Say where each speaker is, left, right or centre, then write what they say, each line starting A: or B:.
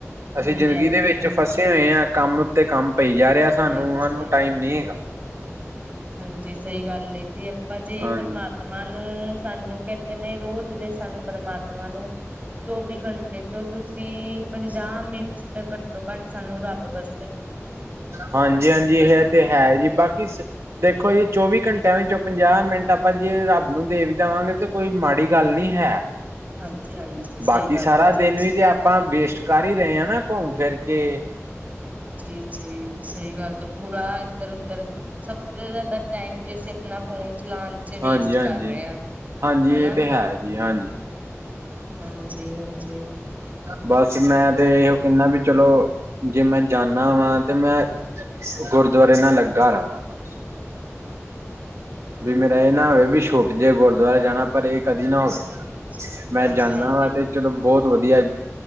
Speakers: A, on the right; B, on the right.
A: ਹਾਂਜੀ
B: ਅਸੀਂ ਜ਼ਿੰਦਗੀ
A: ਹਾਂਜੀ
B: ਦੇ
A: ਜੀ
B: ਵਿੱਚ ਫਸੇ ਹੋਏ ਹਾਂ, ਕੰਮ ਉੱਤੇ ਕੰਮ ਪਈ ਜਾ
A: ਹਾਂਜੀ
B: ਰਿਹਾ ਸਾਨੂੰ,
A: ਹਾਂਜੀ
B: ਸਾਨੂੰ ਟਾਈਮ ਨਹੀਂ ਹੈਗਾ।
A: ਹਾਂਜੀ ਸਹੀ ਗੱਲ ਹੈ ਜੀ। ਆਪਾਂ ਜੇ
B: ਹਾਂਜੀ,
A: ਪਰਮਾਤਮਾ ਨੂੰ <unintelligible> ਸਾਨੂੰ ਕਹਿੰਦੇ ਨੇ ਰੋਜ਼ ਦੇ ਸਾਨੂੰ ਪਰਮਾਤਮਾ ਨੂੰ ਚੌਵੀ ਘੰਟੇ ਜੋ ਤੁਸੀਂ ਪੰਜਾਹ ਮਿੰਟ ਘੱਟੋ -ਘੱਟ ਸਾਨੂੰ ਰੱਬ ਬਸ
B: ਹਾਂਜੀ-ਹਾਂਜੀ ਇਹ ਤੇ ਹੈ ਜੀ, ਬਾਕੀ ਦੇਖੋ ਜੀ, ਚੌਵੀ ਘੰਟਿਆਂ ਵਿਚ ਪੰਜਾਹ ਮਿੰਟ ਆਪਾਂ ਜੇ ਰੱਬ ਨੂੰ ਦੇ ਵੀ ਦੇਵਾਂਗੇ ਤਾਂ ਕੋਈ ਮਾੜੀ ਗੱਲ ਨਹੀਂ ਹੈ।
A: ਹਾਂਜੀ-ਹਾਂਜੀ
B: ਬਾਕੀ
A: ਸਹੀ ਗੱਲ
B: ਸਾਰਾ
A: ਹੈ
B: ਦਿਨ
A: ਜੀ ਬਿਲਕੁਲ।
B: ਵੀ ਤੇ ਆਪਾਂ ਵੇਸਟ ਕਰ ਹੀ ਰਹੇ ਹਾਂ ਨਾ ਘੁੰਮ ਫਿਰ ਕੇ
A: ਜੀ-ਜੀ ਸਹੀ ਗੱਲ ਹੈ, ਪੂਰਾ ਇੱਧਰ- ਉੱਧਰ ਸਭ ਤੋਂ ਜ਼ਿਆਦਾ ਟਾਈਮ ਜੇ ਅਸੀਂ ਆਪਣਾ ਫੋਨ ਚਲਾਣ 'ਚ ਵੇਸਟ
B: ਹਾਂਜੀ ਹਾਂਜੀ
A: ਕਰ ਰਹੇ ਆ।
B: ਹਾਂਜੀ
A: ਹਨਾ?
B: ਇਹ ਤੇ ਹੈ ਜੀ ਹਾਂਜੀ
A: ਹਾਂਜੀ-ਹਾਂਜੀ।
B: ਬਸ ਮੈਂ ਤੇ ਇਹੋ ਕਹਿੰਦਾ ਵੀ ਚਲੋ ਜੇ ਮੈਂ ਜਾਂਦਾ ਵਾ ਤੇ ਮੈਂ ਗੁਰਦੁਆਰੇ ਨਾਲ ਲੱਗਾ ਰਵਾਂ। ਬਸ ਵੀ ਮੇਰਾ ਇਹ ਨਾ ਹੋਵੇ ਵੀ ਛੁੱਟ ਜੇ ਗੁਰਦੁਆਰੇ ਜਾਣਾ ਪਰ ਇਹ ਕਦੀ ਨਾ
A: ਹਾਂਜੀ-ਹਾਂਜੀ,
B: ਹੋਵੇ। ਮੈਂ
A: ਹਾਂਜੀ-ਹਾਂਜੀ,
B: ਜਾਂਦਾ ਵਾਂ ਤੇ ਚਲੋ ਬਹੁਤ ਵਧੀਆ